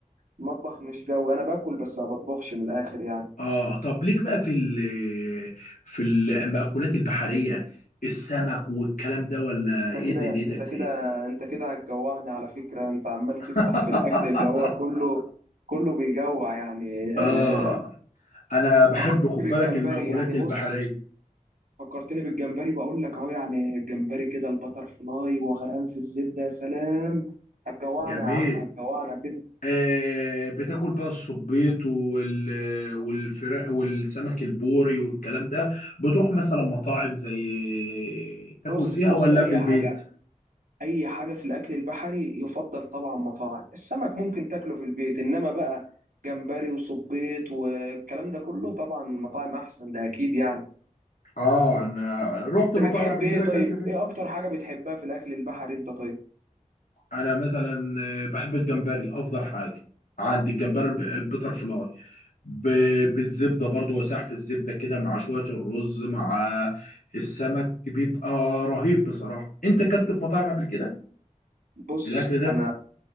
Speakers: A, on the right; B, on the left.
A: المطبخ مش جوي انا باكل بس ما بطبخش من الاخر يعني
B: اه طب ليك بقى في ال في المأكولات البحرية السمك والكلام ده ولا
A: انت
B: ايه
A: كده
B: دنيتك
A: انت كده
B: فيه
A: انت كده هتجوعني على فكرة انت عمال
B: <laughs>
A: تفتح في الاكل اللي هو كله كله بيجوع يعني
B: اه
A: آه،
B: انا بحب
A: فكرتني
B: خد بالك
A: بالجمبري
B: المأكولات
A: يعني
B: البحرية
A: بص فكرتني بالجمبري بقول لك اهو يعني الجمبري كده البتر فلاي وغرقان في الزبدة يا سلام هتجوعنا
B: جميل
A: يا عم هتجوعنا كده
B: آه بتاكل بقى الصبيط وال والفراخ والسمك البوري والكلام ده بتروح مثلا مطاعم زي تاكل
A: بص
B: فيها
A: بص
B: ولا
A: اي
B: في البيت
A: حاجة اي حاجه في الاكل البحري يفضل طبعا مطاعم السمك ممكن تاكله في البيت انما بقى جمبري وصبيط والكلام ده كله طبعا المطاعم احسن ده اكيد يعني
B: اه انا رحت مطاعم
A: انت بتحب
B: قبل
A: ايه
B: كده
A: طيب
B: اكلت فيه
A: ايه اكتر حاجه بتحبها في الاكل البحري انت طيب
B: انا مثلا آه، بحب الجمبري افضل حاجة عندي الجمبري البيتر فلاي ب- بالزبده برضو وسحب الزبده كده مع شويه الرز مع السمك بيبقى رهيب بصراحه انت اكلت في مطاعم قبل كده
A: بص
B: الاكل ده
A: انا